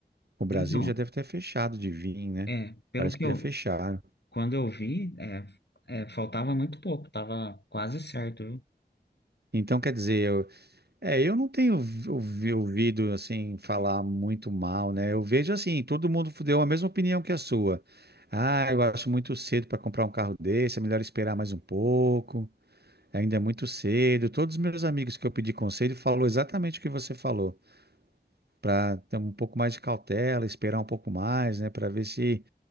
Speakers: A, on the right; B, on the left.
A: O Brasil
B: então,
A: já deve ter fechado de vir, né?
B: é, pelo
A: Parece
B: que
A: que
B: eu,
A: já fecharam.
B: quando eu vi, é, é, faltava muito pouco, tava quase certo, viu?
A: Então, quer dizer, eu- É, eu não tenho ouvi- ouvido assim falar muito mal, né? Eu vejo assim, todo mundo deu a mesma opinião que a sua. Ah, eu acho muito cedo para comprar um carro desse, é melhor esperar mais um pouco. Ainda é muito cedo. Todos os meus amigos que eu pedi conselho falou exatamente o que você falou, para ter um pouco mais de cautela, esperar um pouco mais, né, para ver se